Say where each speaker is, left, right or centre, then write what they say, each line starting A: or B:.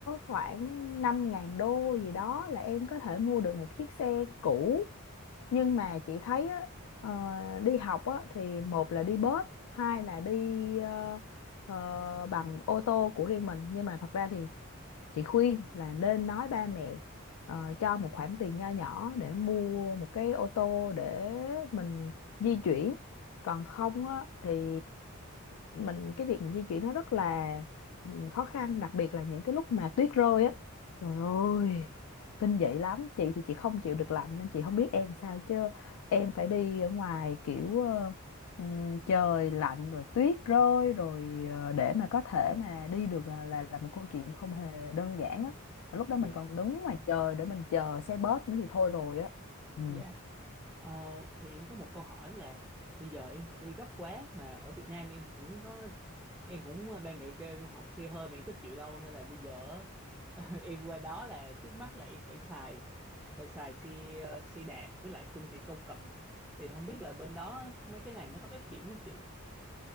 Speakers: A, on the left (about 80°); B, in the centre.
A: khoảng năm ngàn đô gì đó là em có thể mua được một chiếc xe cũ nhưng mà chị thấy á, ờ, đi học á, thì một là đi bus hai là đi ờ, ờ, bằng ô tô của riêng mình nhưng mà thật ra thì chị khuyên là nên nói ba mẹ ờ, cho một khoản tiền nho nhỏ để mua một cái ô tô để mình di chuyển còn không á, thì mình cái việc mình di chuyển nó rất là ừ, khó khăn đặc biệt là những cái lúc mà tuyết rơi á trời ơi kinh dị lắm chị thì chị không chịu được lạnh nên chị không biết em sao chứ em phải đi ở ngoài kiểu ờ, Ừ, trời lạnh rồi tuyết rơi rồi ờ, để mà có thể mà đi được là là là một câu chuyện không hề đơn giản á Mà lúc đó
B: dạ,
A: mình còn đứng ngoài trời để mình chờ xe bus nữa thì thôi rồi á ừ.
B: dạ. Ờ, thì em có một câu hỏi là bây giờ em phải đi gấp quá mà ở Việt Nam em cũng có em cũng ờ, ba mẹ kêu em học xe hơi mà em có chịu đâu nên là bây giờ <laughs> em qua đó là trước mắt là em phải xài phải xài xe ờ, xe đạp với lại phương tiện công cộng thì không biết là bên đó mấy cái này nó có phát triển không chị?